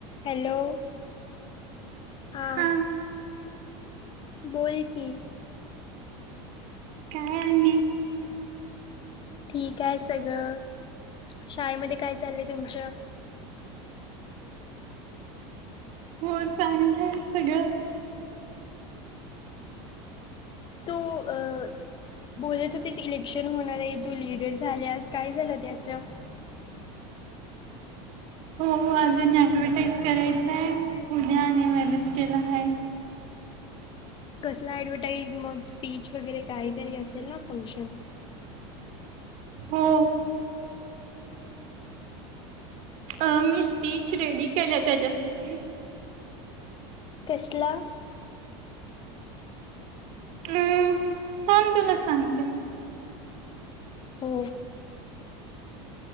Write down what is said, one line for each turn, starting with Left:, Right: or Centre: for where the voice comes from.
Left: हॅलो. हां.
Right: हा
Left: बोल की,
Right: काय आणि?
Left: ठीक आहे सगळं, शाळेमध्ये काय चालय तुमच्या.
Right: हो चांगलं हाय सगळं.
Left: तु अ.. बोलत होतीस इलेक्शन होणार आहे, तू लिडर झाल्यास काय झालं त्याचं. <inaudible>
Right: हो हो अजून ऍडव्हटाईज करायचं आहे, उद्या आणि वेनस्टडेला हाय.
Left: कसलं ॲडव्हटाईज, मग स्पीच वगैरे कायतरी असेल ना फंक्शन?
Right: हो. अ मी स्पीच रेडी केलंय त्याच्यासाठी.
Left: कसला.
Right: अं थांब तुला सांगते.
Left: हो.